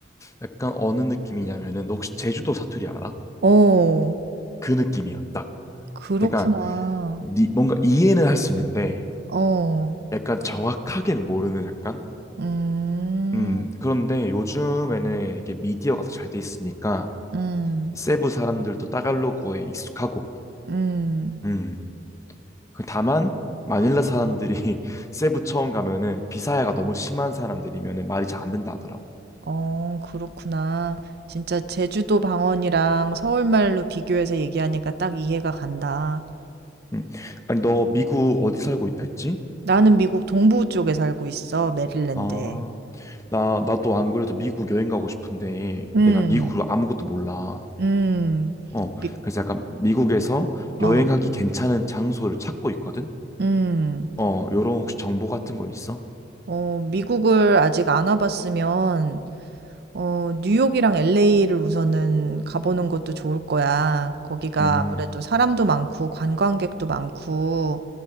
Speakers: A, on the left; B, on the right.
A: 약간 어느 느낌이냐면은 너 혹시 제주도 사투리 알아?
B: 어,
A: 그 느낌이야, 딱.
B: 그렇구나.
A: 그러니까 니- 뭔가 이해는 할 수 있는데
B: 어,
A: 약간 정확하게는 모르는 약간
B: 음,
A: 음 그런데 요즘에는 이렇게 미디어가 더 잘 돼 있으니까
B: 음,
A: 세부 사람들도 따갈로그에 익숙하고
B: 음,
A: 음그 다만 마닐라 사람들이 <laughs> 세부 처음 가면은 비사야가 너무 심한 사람들이면은 말이 잘 안 된다 하더라고
B: 어, 그렇구나. 진짜 제주도 방언이랑 서울말로 비교해서 얘기하니까 딱 이해가 간다.
A: 음 아니 너 미국 어디 살고 있다 했지?
B: 나는 미국 동부 쪽에 살고 있어, 메릴랜드에.
A: 아, 나, 나도 안 그래도 미국 여행 가고 싶은데
B: 음.
A: 내가 미국으로 아무것도 몰라.
B: 음.
A: 어,
B: 미
A: 그래서 약간 미국에서
B: 어.
A: 여행하기 괜찮은 장소를 찾고 있거든?
B: 음.
A: 어, 요런 혹시 정보 같은 거 있어?
B: 어 미국을 아직 안 와 봤으면 어 뉴욕이랑 LA를 우선은 가보는 것도 좋을 거야. 거기가
A: 음,
B: 아무래도 사람도 많고 관광객도 많고